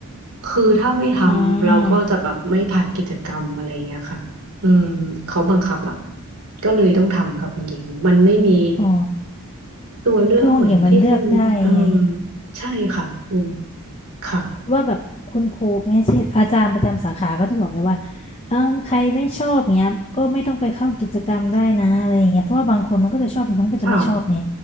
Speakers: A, on the right (about 75°); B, on the left (about 25°).
A: คือถ้าไม่ทำเราก็จะแบบไม่ผ่านกิจกรรมอะไรเงี้ยค่ะอืมเขาบังคับอ่ะ
B: อืม
A: ก็เลยต้องทำค่ะคุณหญิงมันไม่มี
B: อ๋อ
A: ตัวเลือกเหมือนที่คุณเออ
B: คือของหญิงมันเลือกได้ไง
A: ใช่ค่ะอืมค่ะ
B: ว่าแบบคุณครูไม่ใช่อาจารย์ประจำสาขาก็จะบอกเลยว่าเออใครไม่ชอบเงี้ยก็ไม่ต้องไปเข้ากิจกรรมได้นะอะไรอย่างเงี้ยเพราะว่าบางคนมันก็จะชอบบางคนก็จะไม่ชอบไง
A: ค่ะ